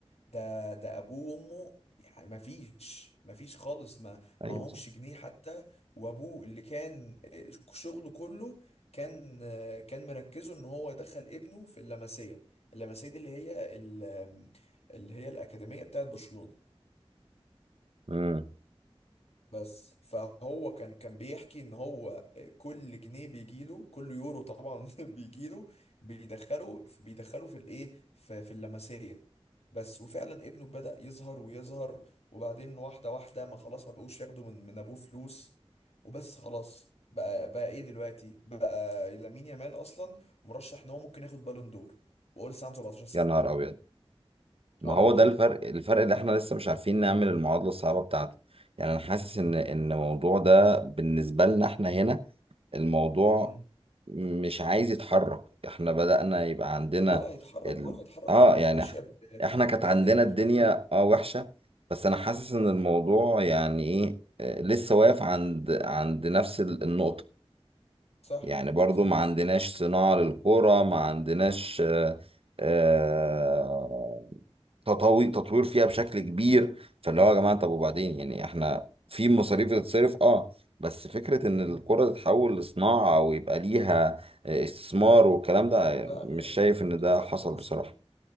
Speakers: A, on the left; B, on the right.
A: ده ده ابوه وامه يعني ما فيش ما فيش خالص ما ما
B: ايوه
A: همش
B: صح
A: جنيه حتى وابوه اللي كان آه، شغله كله كان آه، كان مركزه ان هو يدخل ابنه في اللمسيه اللمسيه دي اللي هي ال- اللي هي الاكاديميه بتاعت برشلونه
B: امم
A: بس فهو كان كان بيحكي ان هو آه، كل جنيه بيجيله كل يورو طبعا <laughs> بيجيله بيدخله بيدخله في الايه في, في اللمسيه بس وفعلا ابنه بدأ يظهر ويظهر وبعدين واحده واحده ما خلاص ما بقوش ياخدوا من من ابوه فلوس وبس خلاص بقى بقى ايه دلوقتي بقى لامين يامال اصلا مرشح ان هو ممكن ياخد بالون دور وهو لسه عنده 17 سنه
B: يا نهار ابيض ما
A: اه
B: هو
A: والله
B: ده الفرق الفرق اللي احنا لسه مش عارفين نعمل المعادلة الصعبة بتاعته يعني انا حاسس ان ان الموضوع ده بالنسبة لنا احنا هنا الموضوع
A: مم.
B: مش عايز يتحرك احنا بدأنا يبقى عندنا
A: ولا هيتحرك
B: ال...
A: ولا هيتحرك
B: اه
A: طول ما
B: يعني
A: هي ماشيه
B: اح-
A: ب-
B: احنا كانت
A: بابن
B: عندنا
A: الكفن
B: الدنيا اه وحشة بس انا حاسس ان الموضوع يعني ايه آه، لسه واقف عند عند نفس ال- النقطة
A: صح
B: يعني برضو
A: صح
B: ما عندناش صناعة للقرى ما عندناش آه، آه، تطوي- تطوير فيها بشكل كبير فاللي هو يا جماعة طب وبعدين
A: صح
B: يعني احنا في مصاريف بتتصرف اه بس فكرة ان
A: مم.
B: القرى تتحول لصناعة او يبقى ليها آه، استثمار والكلام ده
A: لا
B: مش
A: لا لا
B: شايف
A: لا
B: ان ده
A: لسه
B: حصل
A: قدامها
B: بصراحة
A: سنين